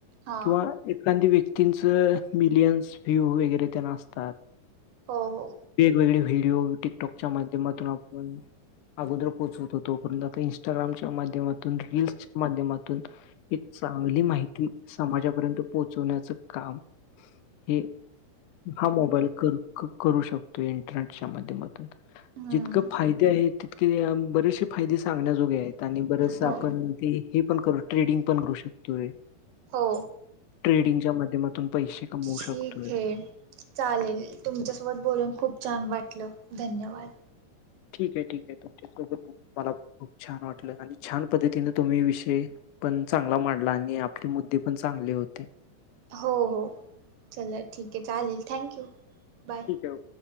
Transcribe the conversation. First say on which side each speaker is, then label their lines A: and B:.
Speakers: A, on the right; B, on the left.
A: हा
B: किंवा एखादी व्यक्ती तीनच मिलियन्स व्ह्यू वगैरे त्यांना असतात.
A: हो हो.
B: वेगवेगळे व्हिडीओ टिकटॉकच्या माध्यमातून आपण अगोदर पोचवत होत आता इंस्टाग्रामच्या माध्यम रिल्स माध्यमातून एक चांगली माहिती समाजापर्यंत पोहोचण्याच काम हे हा मोबाईल कर- क करू शकतो इंटरनेटच्या माध्यमातून
A: हम्म
B: जितक फायदे आहे त के बरेचसे फायेद सांगण्याजोगे आहेत आणि बरेच
A: हो
B: ते हे पण कर ट्रेडिंग पण करू शकतोय.
A: हो.
B: ट्रेडिंगच्या माध्यमातून पैसे कमवू
A: ठीक
B: शकतोय.
A: आहे चालेल तुमच्यासोबत बोलून खूप छान वाटलं धन्यवाद.
B: ठीक आहे ठीक आहे तुमच्यासोबत बोल मला खूप छान वाटलं आणि छान पद्धतीने तुम्ही विषय पण चांगला मांडला आणि आपली मुद्दे पण चांगले होते.
A: हो हो चला ठीक आहे चालेल थँक्यू बाय.
B: ठेव.